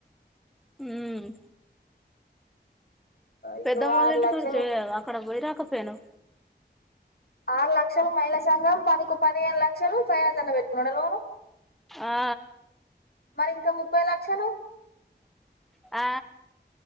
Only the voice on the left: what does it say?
ఇగో
ఆరు
లక్షలు
ఆరు లక్షలు మహిళా సంఘం పదకో పదిహేను లక్షలు ఫయాజ్ అన్న పెట్టుకున్నాడా లోను
మరి ఇంకా ముప్పై లక్షలు